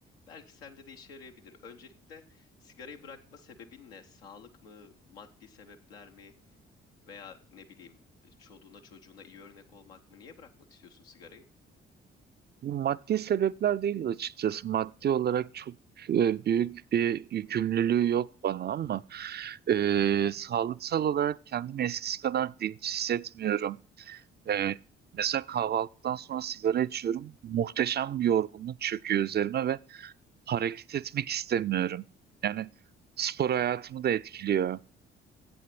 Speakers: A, on the left; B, on the right.
A: Belki sende de işe yarayabilir. Öncelikle sigarayı bırakma sebebin ne? Sağlık mı? Maddi sebepler mi? Veya ne bileyim çoluğuna çocuğuna iyi örnek olmak mı? Niye bırakmak istiyorsun sigarayı?
B: Maddi sebepler değil açıkçası. Maddi olarak çok e, büyük bir yükümlülüğü yok bana ama e, sağlıksal olarak kendimi eskisi kadar dinç hissetmiyorum. E, mesela kahvaltıdan sonra sigara içiyorum. Muhteşem bir yorgunluk çöküyor üzerime ve hareket etmek istemiyorum. Yani spor hayatımı da etkiliyor.